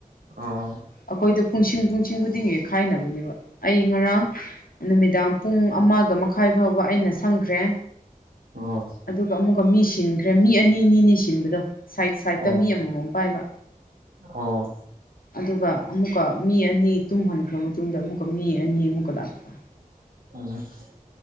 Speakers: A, on the right (about 85°); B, on the left (about 80°).
A: ꯑꯣ
B: ꯑꯩꯈꯣꯏꯗꯣ ꯄꯨꯡꯁꯤꯡ ꯄꯨꯡꯁꯤꯡ ꯈꯨꯗꯤꯡ ꯈꯥꯏꯅꯕꯅꯦꯕ ꯑꯩ ꯉꯔꯥꯡ ꯅꯨꯃꯤꯗꯥꯡ ꯄꯨꯡ ꯑꯃꯒ ꯃꯈꯥꯏ ꯐꯥꯎꯕ ꯑꯩꯅ ꯁꯪꯈ꯭ꯔꯦ꯫
A: ꯑꯣ
B: ꯑꯗꯨꯒ ꯑꯃꯨꯛꯀ ꯃꯤ ꯁꯤꯟꯈ꯭ꯔꯦ ꯃꯤ ꯑꯅꯤ ꯅꯤꯅꯤꯅꯦ ꯁꯤꯟꯕꯗꯣ ꯁꯥꯏꯠ ꯁꯥꯏꯗꯠꯇ
A: ꯑꯣ
B: ꯃꯤ ꯑꯃꯃꯝ ꯄꯥꯏꯕ꯫
A: ꯑꯣ
B: ꯑꯗꯨꯒ ꯑꯃꯨꯛꯀ ꯃꯤ ꯑꯅꯤ ꯇꯨꯝꯍꯟꯈ꯭ꯔ ꯃꯇꯨꯡꯗ ꯑꯃꯨꯛꯀ ꯃꯤ ꯑꯅꯤ ꯑꯃꯨꯛꯀ ꯂꯥꯛꯄ꯫
A: <unintelligible>